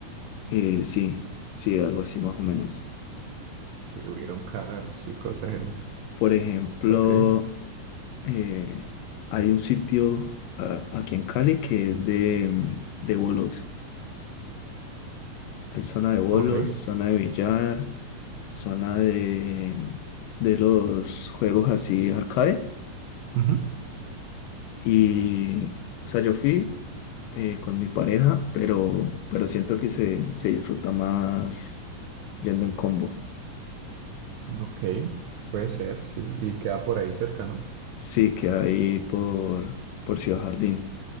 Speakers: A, on the left; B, on the right.
A: Eh, sí, sí, algo así más o menos.
B: Que hubieron cars y cosas esas.
A: Por ejemplo,
B: Ok,
A: eh, hay un sitio a- aquí en Cali que es de, mm, de bolos. Hay zona de bolos,
B: ok.
A: zona de billar, zona de, mm, de los juegos así arcade.
B: Ujú.
A: Y, o sea, yo fui eh, con mi pareja, pero, pero siento que se, se disfruta más yendo en combo.
B: Ok, puede ser, sí. Y queda por ahí cerca, ¿no?
A: Sí, que ahí por, por Ciudad Jardín,